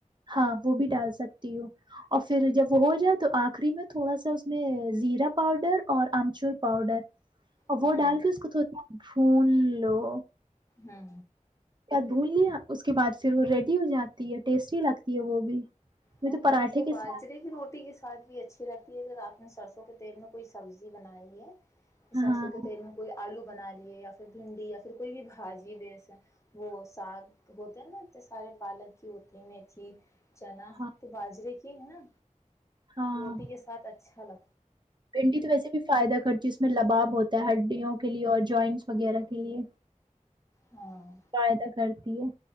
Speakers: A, on the right; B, on the left.
A: ہاں وہ بھی ڈال سکتی اور پھر جب وہ ہو جائے تو آخری میں تھوڑا سا اس میں زیرا پاؤڈر اور آمچور پاؤڈر اور
B: ہوں
A: وہ ڈال کے اس کو تھوڑا سا بھول ہیلو
B: ہاں
A: بھول لیا اس کے بعد پھر وہ ریڈی ہو جاتی ہے ٹیسٹی لگتی ہے وہ بھی وہ
B: ہاں
A: تو پراٹھے
B: ب وہ
A: کے
B: باجرے
A: ساتھ
B: کی روٹی کے ساتھ بھی اچھی ر یہ اگر آپ نے سرسوں کے تیل میں کوئی سبزی بنائی ہے
A: ہاں
B: سرسوں کے تیل میں کوئی آلو بنا لیے یا پھر بھنڈی یا پھر کوئی بھی بھاجی وہ ساگ ہوتے ہیں نا سارے پالک ہی ہوتے ہیں تھی
A: ہاں
B: تو باجرے کی ہے نا
A: ہاں
B: روٹی کے ساتھ اچھا ہلو
A: بھنڈی تو ویسے بھی فائدہ کرتی ہے اس میں لباب ہوتا ہے ہڈیوں کے لیے اور جوائنٹس وغیرہ کے لیے
B: ہاں
A: کاائے تھا خرچ تی ہے